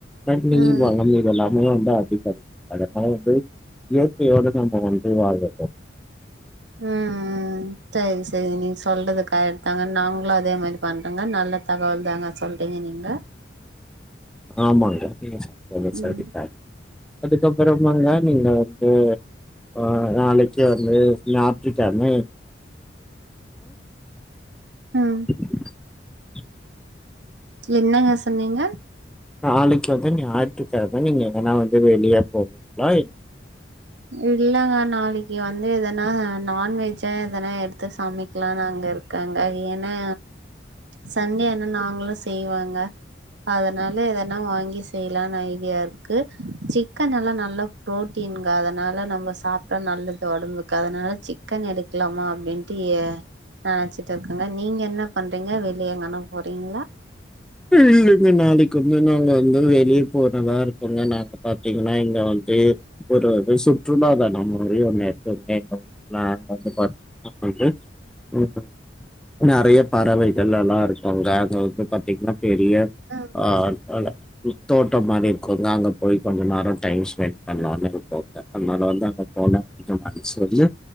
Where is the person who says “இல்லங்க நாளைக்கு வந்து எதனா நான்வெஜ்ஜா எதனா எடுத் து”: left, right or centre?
Right